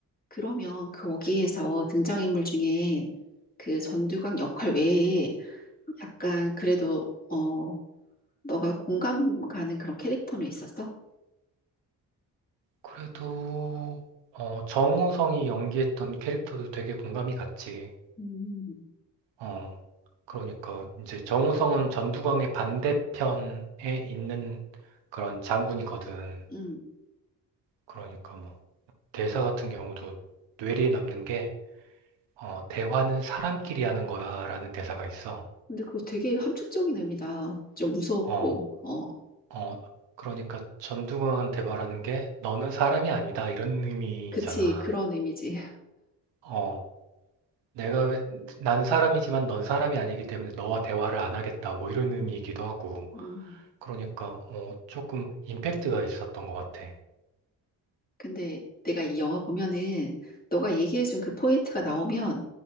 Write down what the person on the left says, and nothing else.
그러면 거기에서 등장인물 중에 그 전두광 역할 외에 약간 그래도, 어, 너가 공감 가는 그런 캐릭터는 있었어?
음,
음.
근데 그거 되게 함축적인 의미다. 좀 무서웠고,
어,
그치, 그런 의미지.
<laughs>
음,
근데 내가 이 영화 보면은 너가 얘기해준 그 포인트가 나오면